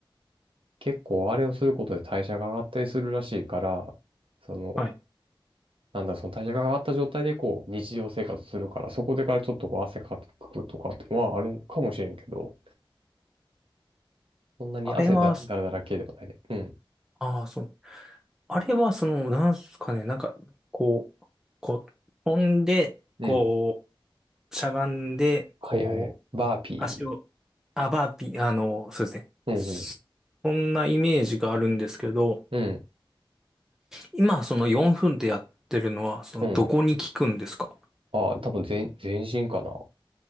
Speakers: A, on the right (about 80°); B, in the centre.
A: 結構あれをすることで代謝が上がったりするらしいから、その、
B: はい。
A: なんだ、その代謝が上がった状態でこう、日常生活するから、そこでからちょっとこう、汗かくとかってのはあるんかもしれんけど、そんなに汗だ、
B: あれは、
A: だらだら系ではないで。うん。
B: ああ、そう。あれは、その、なんすかね、なんか、こう、こう、飛んで、
A: うん。
B: こう、しゃがんで、
A: はいはい。
B: こう、
A: バーピーで。
B: 足を、あ、バーピー、あの、そうですね。
A: うんうん。
B: そそんなイメージがあるんですけど、
A: うん。
B: 今、その4分でやってるのは、その、
A: うん。
B: どこに効くんですか
A: ああ、多分全、全身かな。